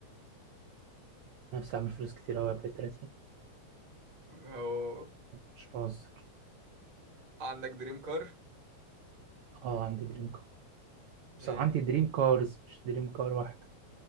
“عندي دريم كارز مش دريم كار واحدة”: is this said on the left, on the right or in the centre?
Right